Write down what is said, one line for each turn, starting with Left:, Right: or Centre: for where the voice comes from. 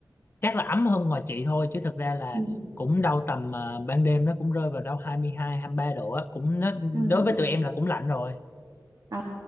Left: chắc là ấm hơn ngoài chị thôi chứ thực ra là
Right: ừ
Left: cũng đâu tầm ờ, ban đêm nó cũng rơi vào đâu hai mươi hai hai mươi mươi ba độ á, cũng nó
Right: ừ
Left: đối với
Right: ừ
Left: tụi em là cũng lạnh rồi.
Right: à,